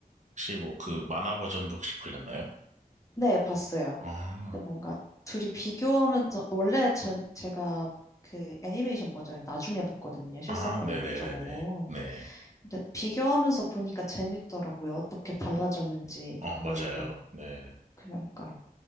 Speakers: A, on the right; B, on the left.
A: 혹시 뭐 그
B: 음.
A: 만화 버전도 혹시 보셨나요?
B: 네, 봤어요.
A: 아,
B: 근데 뭔가 둘이 비교하면서 원래 전 제가 그 애니메이션 버전을 나중에 봤거든요. 실사판을
A: 아, 네네네네.
B: 먼저 보고.
A: 네. 네, 네. 네.
B: 근데 비교하면서 보니까 재밌더라고요. 어떻게 달라졌는지도
A: 음, 어,
B: 보이고.
A: 맞아요. 네.
B: 그러니까요.